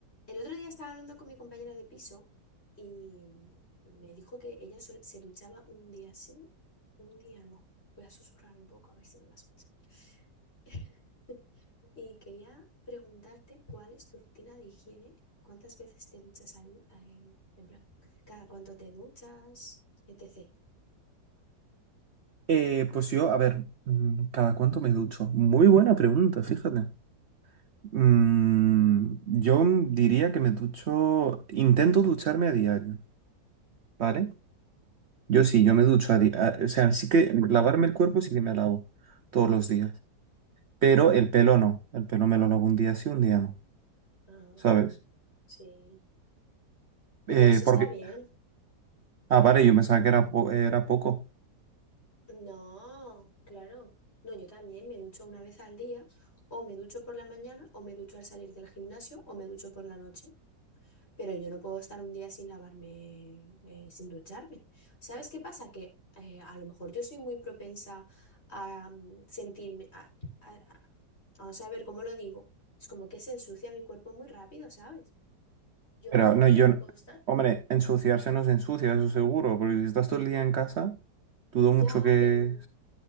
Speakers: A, on the left; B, on the right.
A: El otro día estaba hablando con mi compañera de piso y me dijo que ella sol- se duchaba un día sí, un día no. Voy a susurrar un poco a ver si me va a escuchar. <laughs> Y quería preguntarte cuál es tu rutina de higiene, cuántas veces te duchas al, a- en, en plan, cada cuánto te duchas, etc.
B: Eh, pues yo, a ver, mm, ¿cada cuánto me ducho? Muy buena pregunta, fíjate. Mm, yo diría que me ducho, intento ducharme a diario, ¿vale? Yo sí, yo me ducho a diario, o sea, sí que lavarme el cuerpo sí que me lavo todos los días, pero el pelo no, el pelo me lo lavo un día sí, un día no,
A: Ah,
B: ¿sabes?
A: sí. Pero
B: Eh,
A: eso
B: porque,
A: está bien.
B: ah, vale, yo pensaba que era, po- era poco,
A: No, claro. No, yo también me ducho una vez al día, o me ducho por la mañana, o me ducho al salir del gimnasio, o me ducho por la noche, pero yo no puedo estar un día sin lavarme, eh, sin ducharme. ¿Sabes qué pasa? Que eh, a lo mejor yo soy muy propensa a mm, sentirme, a, a, a- vamos a ver cómo lo digo. Es como que se ensucia mi cuerpo muy rápido, ¿sabes? Yo
B: pero
A: más de
B: no,
A: un día
B: yo,
A: no
B: no-
A: puedo estar.
B: hombre, ensuciarse no se ensucia, eso seguro, porque si estás todo el día en casa, dudo mucho
A: Ya,
B: que...
A: pero,